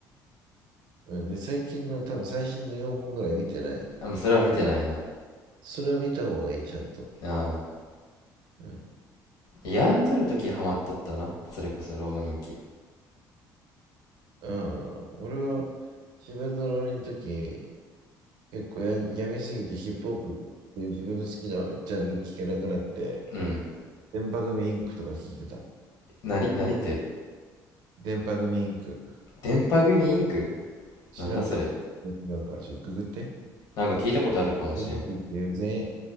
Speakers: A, on the right; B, on the left.
A: うん。で、最近の、多分最新の4本ぐらい見てない。
B: あもうそれは見てないな
A: それを見た方がいい、ちゃんと。
B: ああ
A: うん。
B: 病んどる時ハマっとったなそれこそ浪人期
A: うん。俺は、自分の浪人の時、結構や、やめすぎてヒップホップっていう自分の好きなジャンル聞けなくなって、
B: うん
A: 電波組インクとか聞いてた。
B: 何何って
A: 電波組インク。
B: 電波組インク
A: 知らんか違うから、
B: なんだそれ
A: ちょ、ググって。電
B: なんか聞いたことあるかもしれん
A: 波組インクっていう全